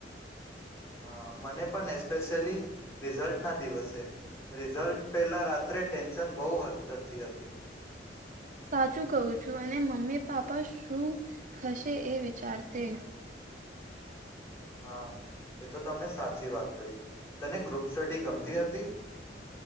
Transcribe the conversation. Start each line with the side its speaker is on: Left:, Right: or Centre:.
Left: હા, મને પણ એસ્પેશયલી રિઝલ્ટ ના દિવસે, રિઝલ્ટ પેલા રાત્રે ટેન્શન બહુ હદ થતી હતી.
Right: સાચું કવું છું, અને મમ્મી પાપા શું થશે એ વિચારતે.
Left: હા, એ તો તમને સાચી વાત કહી, તને ગ્રુપ સ્ટડી ગમતી હતી?